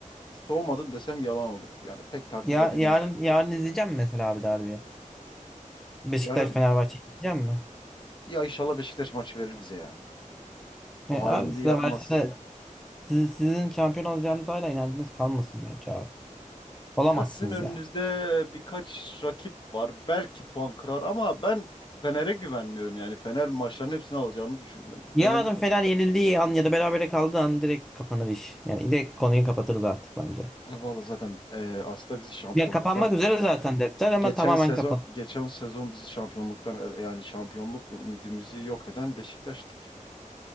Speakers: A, on the left; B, in the centre.
A: soğumadım desem yalan olur. Yani pek takip
B: Ya
A: edemiyorum.
B: yarın yarın izleyeceğim mi mesela abi derbi? Beşiktaş
A: Yarın
B: Fenerbahçe izleyeceğim mi?
A: ya inşallah Beşiktaş maçı verir bize ya.
B: E,
A: O
B: abi
A: hainliği
B: size
A: yapmaz.
B: verse de sizi- sizin şampiyon olacağınız hala inancınız kalmasın bence abi. Olamazsınız
A: Ya sizin önünüzde
B: yani.
A: birkaç rakip var. Belki puan kırar ama ben Fener'e güvenmiyorum yani. Fener maçların hepsini alacağını düşünmüyorum.
B: Yarın
A: Fener
B: Fener yenildiği an ya da berabere kaldığı an direkt kapanır iş. Yani direkt konuyu kapatırız artık bence.
A: E, Vallahi zaten e, aslında bizi şampiyonluktan
B: Ya kapanmak üzere zaten defter ama
A: geçen
B: tamamen
A: sezon
B: kapan.
A: geçen sezon bizi şampiyonluktan e, yani şampiyonluk ümidimizi yok eden Beşiktaş'tık.